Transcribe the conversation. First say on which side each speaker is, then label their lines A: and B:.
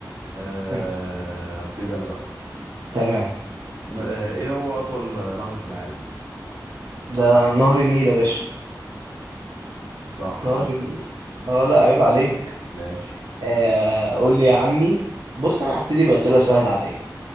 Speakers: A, on the right (about 50°); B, on the right (about 80°).
A: أه
B: هم،
A: هبتدي انا بقى
B: تمام
A: م- أه ايه هو اطول نهر في العالم
B: ده نهر النيل يا باشا
A: صح
B: نهر
A: طب
B: النيل اه لا عيب عليك
A: ماشي
B: آه قول لي يا عمي بص انا هبتدي بأسئلة سهلة عادية